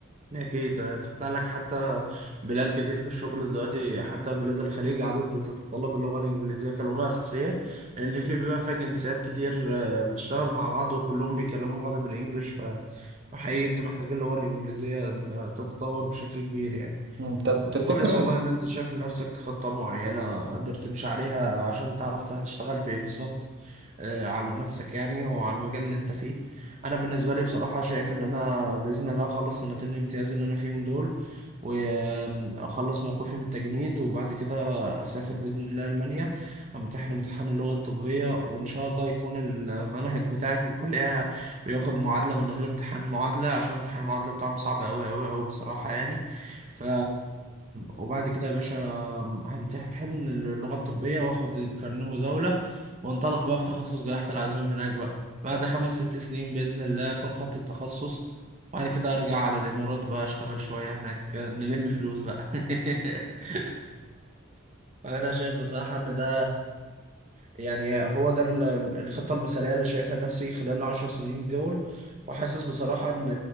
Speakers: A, on the right; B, on the right.
A: أكيد هتفتح لك حتى بلاد كتير في الشغل دلوقتي حتى بلاد الخليج عدد بتتطلب اللغة الإنجليزية كلغة أساسية لأن في بيبقى فيها جنسيات كتير آه، بتشتغل مع بعض وكلهم بيكلموا بعض بالإنجليش ف- فحقيقي أنت محتاج اللغة الإنجليزية إنها تتطور بشكل كبير يعني
B: مم، طب
A: طب
B: تفتكر
A: كويس والله
B: إن-
A: إن أنت شايف لنفسك خطة معينة قدرت تمشي عليها عشان تعرف هتشتغل في إيه بالظبط آه، على نفسك يعني وعلى المجال اللي انت فيه انا بالنسبه لي بصراحه شايف ان انا باذن الله اخلص سنتين الامتياز اللي انا فيهم دول واخلص موقفي من التجنيد وبعد كده اسافر باذن الله المانيا امتحن امتحان اللغه الطبيه وان شاء الله يكون المنهج بتاعي في الكليه بياخد معادله من غير امتحان معادله عشان امتحان المعادله بتاعهم صعب قوي قوي قوي بصراحه يعني ف وبعد كده يا باشا همتحن اللغه الطبيه واخد الكارنيه مزاوله وانطلق بقى في تخصص جراحة العظام هناك بقى بعد خمس ست سنين بإذن الله أكون خدت التخصص وبعد كده أرجع على الإمارات بقى أشتغل شوية هناك نلم فلوس بقى <laughs> أنا شايف بصراحة إن ده يعني هو ده ال- الخطة المثالية اللي شايفها لنفسي خلال العشر سنين دول وحاسس بصراحة إن